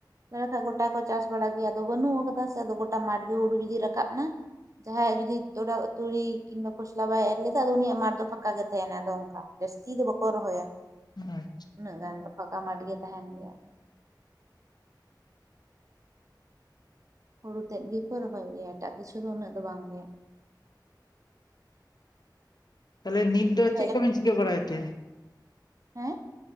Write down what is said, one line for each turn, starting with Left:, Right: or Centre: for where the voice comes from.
Right: <unintelligible> ᱜᱚᱴᱟ ᱠᱚ ᱪᱟᱥ ᱵᱟᱲᱟ ᱜᱮᱭᱟ ᱟᱫᱚ ᱵᱟᱹᱱᱩᱜ ᱟᱠᱟᱫᱟ ᱥᱮ ᱟᱫᱚ ᱜᱚᱴᱟ ᱢᱟᱴᱷ ᱜᱮ ᱦᱩᱲᱩ ᱡᱩᱫᱤ ᱨᱟᱠᱟᱵ ᱮᱱᱟ ᱡᱟᱦᱟᱸᱭᱟᱜ ᱡᱩᱫᱤ ᱛᱚᱲᱟ ᱛᱩᱲᱤ ᱠᱤᱝᱵᱟ ᱠᱷᱚᱥᱞᱟ ᱵᱟᱭ ᱮᱨ ᱞᱮᱫᱟ ᱟᱫᱚ ᱩᱱᱤᱭᱟᱜ ᱢᱟᱴᱷ ᱫᱚ ᱯᱷᱟᱸᱠᱟ ᱜᱮ ᱛᱟᱦᱮᱱᱟ ᱟᱫᱚ ᱚᱱᱠᱟ ᱡᱟᱹᱥᱛᱤ ᱫᱚ ᱵᱟᱠᱚ ᱨᱚᱦᱚᱭᱟ
Left: ᱟᱪᱪᱷᱟ
Right: ᱩᱱᱟᱹᱜ ᱜᱟᱱ ᱫᱚ ᱯᱷᱟᱸᱠᱟ ᱢᱟᱴ ᱜᱮ ᱛᱟᱦᱮᱱ ᱜᱮᱭᱟ ᱦᱩᱲᱩ ᱛᱮᱫ ᱜᱮᱠᱚ ᱨᱚᱦᱚᱭ ᱜᱮᱭᱟ ᱮᱴᱟᱜ ᱠᱤᱪᱷᱩ ᱫᱚ ᱩᱱᱟᱹᱜ ᱫᱚ ᱵᱟᱝ ᱜᱮ
Left: ᱛᱟᱦᱞᱮ ᱱᱤᱛ ᱫᱚ
Right: ᱛᱟᱦᱞᱮ
Left: ᱪᱮᱫ ᱠᱚᱵᱤᱱ ᱪᱤᱠᱟᱹ ᱵᱟᱲᱟᱭ ᱛᱮ
Right: ᱦᱮᱸ